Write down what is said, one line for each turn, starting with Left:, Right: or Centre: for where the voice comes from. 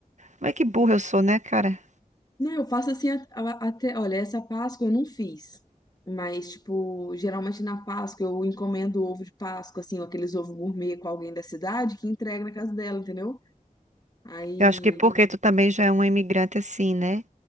Right: Como é que burra eu sou, né, cara?
Left: Não, eu faço assim a- a- até. Olha, essa Páscoa eu não fiz. Mas, tipo, geralmente na Páscoa eu encomendo ovo de Páscoa, assim, ou aqueles ovos gourmet com alguém da cidade que entrega na casa dela, entendeu? Aí.
Right: Eu acho que porque tu também já é uma imigrante assim, né?